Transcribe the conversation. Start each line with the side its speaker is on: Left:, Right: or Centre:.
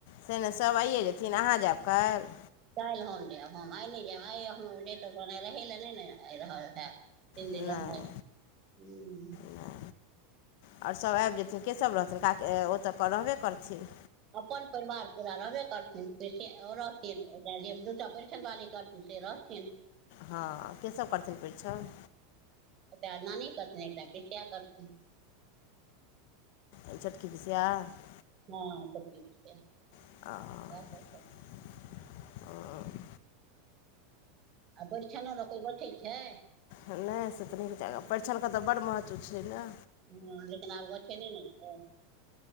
Left: से नै सभ आइए जेथिन अहाँ जायब काल्हि
Right: काल्हि हम जायब हम आइ नहि जायब आइ हम जेतहुने रहै लए नहि ने आ रहल हैत तीन
Left: नय
Right: दिन रहनाइ हूँ
Left: नय आओर सब आबि जेथिन के सब रहथिन क ओतऽ रहबे करथिन
Right: अपन परिवार पूरा रहबे करथिन ओ रहथिन त जे दूटा परैछन बाली करथिन से रहथिन
Left: हँ के सब करथिन परिछन
Right: एकटा नानी करथिन एकटा पिसिया करथिन
Left: एहिसट कि किस आ <unintelligible>
Right: हँ <unintelligible>
Left: आ
Right: सएह सब करथिन
Left: <unintelligible>
Right: आ परिछनो ने कोइ गछै छै
Left: नहि से तनीक जगह परिछन के तऽ बड महत्व छलै न
Right: हँ लेकिन आब गछै नै ने छाय